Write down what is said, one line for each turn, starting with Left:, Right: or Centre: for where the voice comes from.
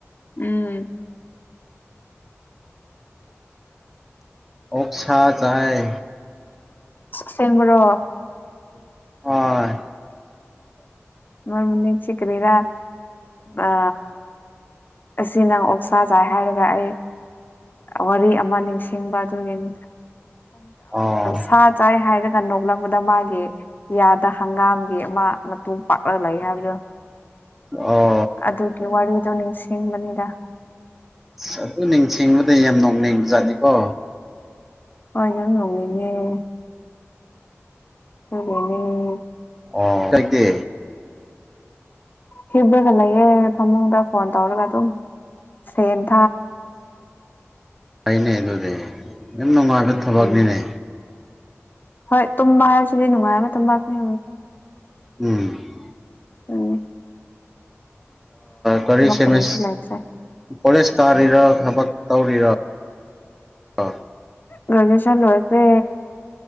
Left: ꯎꯝ
Centre: ꯑꯣꯁ ꯆꯥꯏ
Left: ꯁꯦꯝꯦꯡꯕ꯭ꯔꯣ
Centre: ꯍꯣꯏ
Left: ꯃꯔ ꯃꯅꯤ ꯀꯔꯤꯔ ꯑ ꯑꯁꯤ ꯅꯪ ꯑꯣꯛꯁꯥ ꯆꯥꯏ ꯍꯥꯏꯔꯒ ꯑꯩ ꯋꯥꯔꯤ ꯑꯃ ꯅꯤꯡꯁꯤꯡꯕ ꯑꯗꯨꯒꯤꯅꯤꯟ
Centre: ꯑꯣ
Left: ꯁꯥ ꯆꯥꯏ ꯍꯥꯏꯔꯒ ꯀꯟ ꯅꯣꯛꯂꯛꯄꯗ ꯃꯥꯒꯤ ꯌꯥꯗ ꯍꯪꯒꯥꯝꯒꯤ ꯃꯥ ꯃꯇꯨꯡꯨꯝ ꯄꯥꯛꯂꯒ ꯂꯩ ꯍꯥꯏꯕꯗꯨ
Centre: ꯑꯣ
Left: ꯑꯗꯨꯒꯤ ꯋꯥꯔꯤꯗꯣ ꯅꯤꯡꯁꯤꯡꯕꯅꯤꯗ
Centre: ꯑꯁ ꯑꯗꯨ ꯅꯤꯡꯁꯤꯡꯕꯗ ꯌꯥꯝ ꯅꯣꯡꯅꯤꯡꯕ ꯖꯥꯠꯅꯤꯀꯣ
Left: ꯍꯣꯏ ꯅꯪ ꯉꯣꯡꯉꯅꯦ ꯐꯔꯅꯦ
Centre: ꯑꯣ ꯀꯥꯏꯇ
Left: ꯍꯤꯕ꯭ꯔꯒ ꯂꯩꯌꯦꯦ ꯐꯃꯨꯡꯗ ꯐꯣꯟ ꯇꯧꯔꯒ ꯑꯗꯨꯝ ꯐ
Centre: ꯐꯥꯏꯅꯦ ꯑꯗꯨꯗꯦꯟꯅ ꯊꯕꯛꯅꯤꯅꯦ
Left: ꯎꯝ ꯍꯣꯏ ꯇꯨꯝꯕ ꯍꯥꯏꯕꯁꯤꯗꯤ ꯅꯨꯡꯉꯥꯏ ꯑꯃ ꯇꯨꯝꯄꯥꯛꯅꯤ
Centre: ꯎꯝ
Left: ꯎꯝ
Centre: ꯀꯔꯤ ꯁꯤ
Left: ꯀꯔꯤꯁꯨ
Centre: ꯑꯦꯁ
Left: ꯂꯩꯇ꯭ꯔꯦ
Centre: ꯀꯣꯂꯦꯖ ꯀꯥꯔꯤꯔꯣ ꯊꯕꯛ ꯇꯧꯔꯤꯔ ꯑꯥ
Left: ꯒ꯭ꯔꯦꯖꯨꯑꯦꯁꯟ ꯂꯣꯏꯔꯛꯇ꯭ꯔꯦ